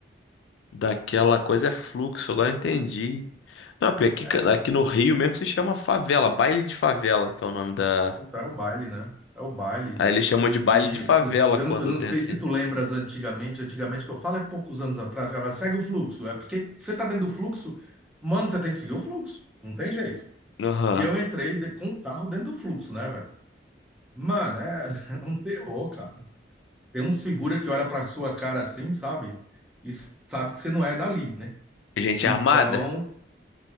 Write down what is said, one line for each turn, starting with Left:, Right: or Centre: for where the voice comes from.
Left: daquela coisa é fluxo, agora eu entendi. Não, porque aqui,
Centre: É,
Left: ca- aqui no Rio mesmo se chama favela, baile de favela, que é o nome da.
Centre: puta, é o baile, né? É o baile.
Left: Aí eles chamam de baile
Centre: E
Left: de favela
Centre: eu,
Left: quando
Centre: eu não
Left: tem
Centre: sei
Left: assim.
Centre: se tu lembras antigamente, antigamente que eu falo é poucos anos atrás, cara, segue o fluxo. É porque você tá dentro do fluxo, mano, você tem que seguir o fluxo. Não tem jeito.
Left: Aham.
Centre: E eu entrei de- com o carro dentro do fluxo, né, velho? Mano, é <laughs> um terror, cara. Tem uns figura que olha pra sua cara assim, sabe? E sabe que você não é dali, né?
Left: Gente
Centre: Então,
Left: armada?